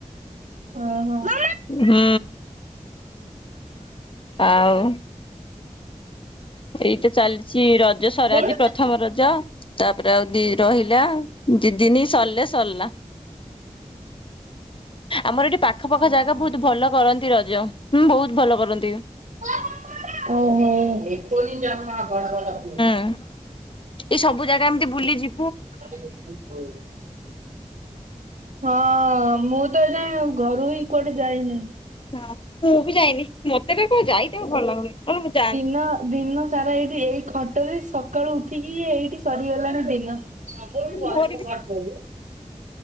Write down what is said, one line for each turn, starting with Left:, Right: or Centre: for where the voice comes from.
Right: ହଁ ମା।
Left: ହୁଁ। ଆଉ। ଏଇତ ଚାଲିଛି ରଜ ସର
Right: ହଁ।
Left: ଆଜି ପ୍ରଥମ ରଜ। ତାପରେ ଆଉ ଦି ରହିଲା ଦିଦିନି ସରିଲେ ସରିଲା। ଆମର ଏଠି ପାଖ ପାାଖ ଜାଗା ବହୁତୁ ଭଲ କରନ୍ତି ରଜ ହୁଁ ବହୁତୁ ଭଲ କରନ୍ତି।
Right: <unintelligible>
Left: ଏ ସବୁ ଜାଗା ଏମିତି ବୁଲି ଯି
Right: <inaudible> ହଁ ମୁଁ ତ ଏଯାଏଁ ଘରୁ ହିଁ କୁଆଡେ ଯାଇନି।
Left: ହଁ ମୁଁ ବି ଯାଇନି। ମତେ କେତୋବୋଳେ ଯାଇତେଆଉ ଭଲଲାଗୁନେହିଁ ମୁଁ ଯାଏ।
Right: ତ ଦିନ। ତାର ଏଇଠି ଏଇ ଖଟରେ ସକାଳୁ ଉଠିକି ଏଇଠି ସରିଗଲାଣି ଦିନ। ସବୁ
Left: ମୋର
Right: <inaudible>